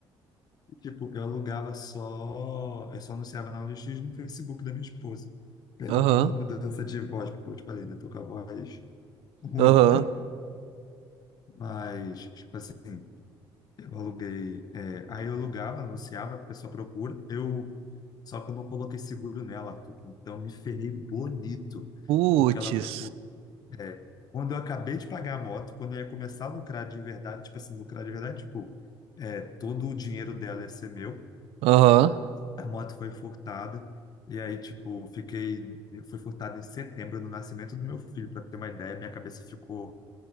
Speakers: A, on the left (about 45°); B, on the right (about 85°).
A: <laughs> tipo, eu alugava só, eu só anunciava na OLX e no Facebook da minha esposa. Perdão
B: Aham,
A: pela mudança de voz, porque eu te falei, né, tô com a voz ruim,
B: aham.
A: mas, tipo assim, eu aluguei, eh, aí eu alugava, anunciava, a pessoa procura, eu Só que eu não coloquei seguro nela, Arthur. Então me ferrei bonito,
B: Putz.
A: porque ela foi, fu- é, quando eu acabei de pagar a moto, quando eu ia começar a lucrar de verdade, tipo assim, lucrar de verdade, tipo, é, todo o dinheiro dela ia ser meu,
B: Aham.
A: a moto foi furtada, e aí, tipo, fiquei, foi furtada em setembro, no nascimento do meu filho, para ter uma ideia, minha cabeça ficou